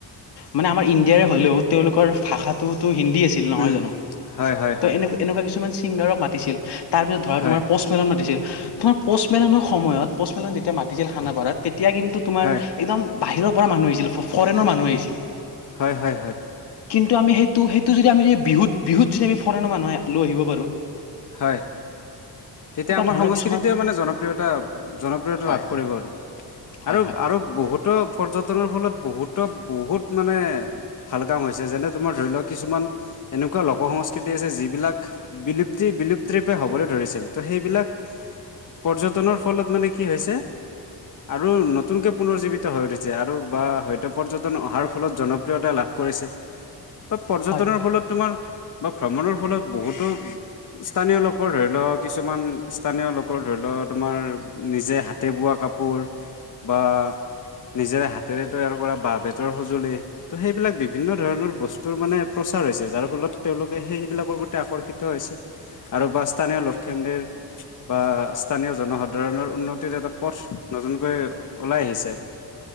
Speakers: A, on the left; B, on the left.
A: মানে আমাৰ ইণ্ডিয়াৰে হ'লেও তেওঁলোকৰ ভাষাটোত তো হিন্দী আছিল নহয়
B: উম
A: জানো
B: হয় হয়
A: ত'
B: হয়
A: এনে এনেকুৱা কিছুমান ছিংগাৰক মাতিছিল তাৰপিছত ধৰা
B: হয়
A: তোমাৰ পচ মেলন মাতিছিল তোমাৰ পৌচমেলনৰ সময়ত পৌচমেলন যেতিয়া মাতিছিল খানা পাৰাত তেতিয়া কিন্তু তোমাৰ
B: হয়
A: একদম বাহিৰৰ পৰা মানুহ আহিছিল ফৰেনৰ মানুহ আহিছিল।
B: হয় -হয় -হয়
A: কিন্তু আমি সেইটো -সেইটো যদি আমি যদি বিহুত- বিহুত যদি আমি ফৰেণৰ মানুহ লৈ আহিব পাৰোঁ
B: হয়। তেতিয়া আমাৰ
A: ধৰণৰ
B: সংস্কৃতিটোৱে
A: কিছুমান
B: মানে জনপ্ৰিয়তা- জনপ্ৰিয়তা
A: হয়
B: লাভ
A: হয়
B: কৰিব আৰু-
A: হয়
B: আৰু
A: হয়
B: - আৰু বহুতো পৰ্যটনৰ ফলত বহুতক - বহুত মানে ভাল কাম হৈছে যেনে তোমাৰ ধৰি লোৱা কিছুমান এনেকুৱা লোক -সংস্কৃতি আছে যিবিলাক বিলুপ্তি -বিলুপ্তিৰূপে হবলৈ ধৰিছিল। ত সেইবিলাক পৰ্যটনৰ ফলত মানে কি হৈছে আৰু নতুনকে পুনৰজীৱিত হৈ উঠিছে আৰু বা হয়তো পৰ্যটন অহাৰ ফলত জনপ্ৰিয়তা লাভ কৰিছে ত পৰ্যটনৰ
A: হয়
B: ফলত তোমাৰ বা ভ্ৰমণৰ ফলত বহুতো স্থানীয় লোকৰ লওক কিছুমান স্থানীয় লোকৰ ধৰি ল তোমাৰ নিজে হাতে বোৱা কাপোৰ বা নিজেৰে হাতেৰে তৈয়াৰ কৰা বা- বেতৰ সঁজুলি ত সেইবিলাক বিভিন্ন ধৰণৰ বস্তুৰ মানে প্ৰস্তুত হৈছে যাৰ ফলত তেওঁলোকে সেইবিলাকৰ প্ৰতি আকৰ্ষিত হৈছে আৰু বাস্তানে খেন্দৰ বা স্থানীয় জনসাধাৰণৰ উন্নতিৰ এটা পথ নতুনকৈ ওলাই আহিছে